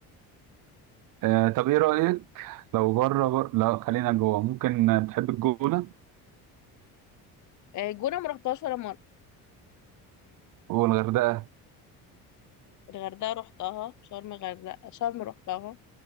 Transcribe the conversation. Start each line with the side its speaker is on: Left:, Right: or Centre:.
Right: آه طب ايه رأيك لو بره بر... لا خلينا جوه ممكن بتحب الجونة
Left: آه، جونه ما رحتهاش ولا مره
Right: والغردقة
Left: الغردقه رحتها شرم غردقه شرم رحتها